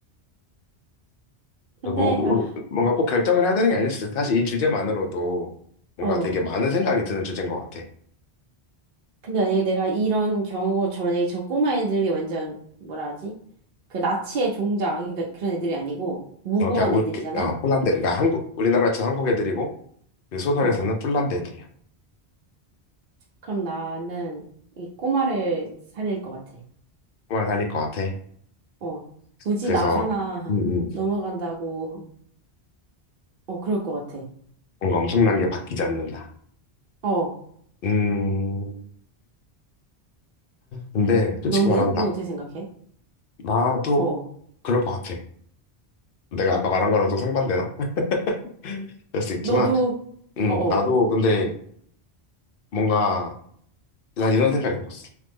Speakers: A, on the right; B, on the left.
A: 근데
B: 뭐, 뭐-
A: 아,
B: 뭔가 꼭 결정을 해야 되는 게 아니었어. 사실 이 주제만으로도 뭔가
A: 어.
B: 되게 많은 생각이 드는 주제인 것 같아.
A: 근데 만약에 내가 이런 경우고 저 만약에 저 꼬마 애들이 완전 뭐라 하지? 그 나치의 종자 그러니까 그런 애들이 아니고 무고한
B: 어, 그냥 우,
A: 애들이잖아.
B: 어, 폴란드, 그러니까 한국, 우리나라 치 한국 애들이고 그 소설에서는
A: 어,
B: 폴란드 애들이야.
A: 그럼 나는 이 꼬마를 살릴 것 같아.
B: 정말 살릴 것 같아.
A: 어, 굳이
B: 그래서
A: 나 하나 <laughs>
B: 음, 음.
A: 넘어간다고, 어, 그럴 것 같아.
B: 뭔가 엄청난 게 바뀌지 않는다.
A: 어,
B: 음, 근데 솔직히
A: 너는?
B: 말하면 나,
A: 넌 어떻게 생각해?
B: 나도
A: 어, 어.
B: 그럴 것 같아. 내가 아까 말한 거랑 좀 상반되나? <laughs> 그럴 수 있지만,
A: 너도,
B: 음,
A: 어, 어,
B: 나도 근데 뭔가 난 이런 생각이 들었어.